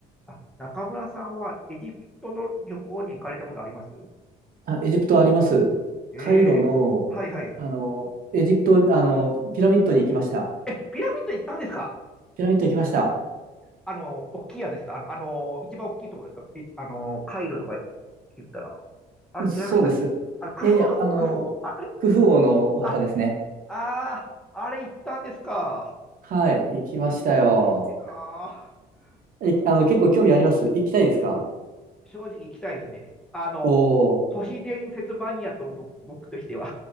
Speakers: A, in the centre; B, on the right (about 55°).
A: あ、中村さんはエジプトの旅行に行かれたことあります
B: あ、エジプトあります。
A: ええはいはい。
B: カイロの、あの、エジプト、あの、ピラミッドに行きました。
A: え、ピラミッド行ったんですか
B: ピラミッド行きました。
A: あの、大きいやつですかあの、あの、一番大きいところですかえ、あの、カイロとか言ったら。あれ違いましたっけあの、
B: そうです。い
A: クフ王の、
B: やいや、あの、
A: クフ王あ、あれあれ
B: クフ王のお墓ですね。
A: あ、あー、あれ行ったんですか。
B: はい、行きましたよ。
A: すっげえな
B: い、
A: ーやっぱ
B: あの、結構興味あります行きたいですか
A: 正直行きたいですね。あの、
B: おー
A: 都市伝説マニアと僕、僕としては。